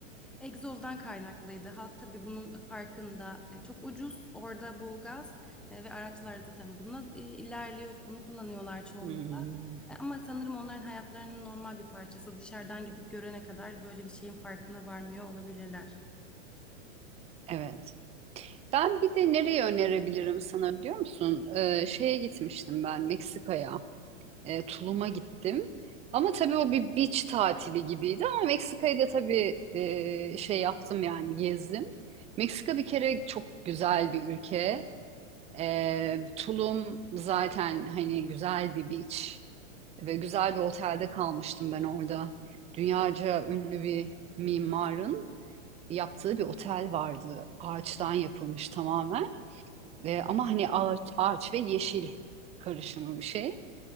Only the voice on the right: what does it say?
Hmm,
evet. Ben bir de nereye önerebilirim sana biliyor musun? Ee, şeye gitmiştim ben Meksika'ya. Ee, Tulum'a gittim. Ama tabii o bir beach tatili gibiydi ama Meksika'yı da tabii e, şey yaptım yani gezdim. Meksika bir kere çok güzel bir ülke. Ee, Tulum zaten hani güzel bir beach ve güzel bir otelde kalmıştım ben orada. Dünyaca ünlü bir mimarın yaptığı bir otel vardı. Ağaçtan yapılmış tamamen. Ve, ama hani ağaç, ağaç ve yeşil karışımı bir şey.